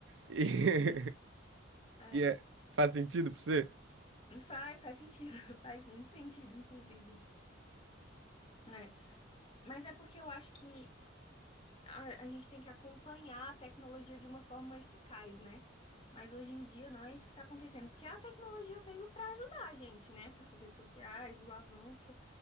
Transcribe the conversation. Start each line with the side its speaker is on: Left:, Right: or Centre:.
Right: <laughs> E,
Left: sim, é.
Right: e é- faz sentido pra você?
Left: Faz, faz sentido, <laughs> faz muito sentido, inclusive. É. Mas é porque eu acho que a, a gente tem que acompanhar a tecnologia de uma forma eficaz, né? Mas hoje em dia não é isso que tá acontecendo, porque a tecnologia veio pra ajudar a gente, né? As redes sociais, o avanço.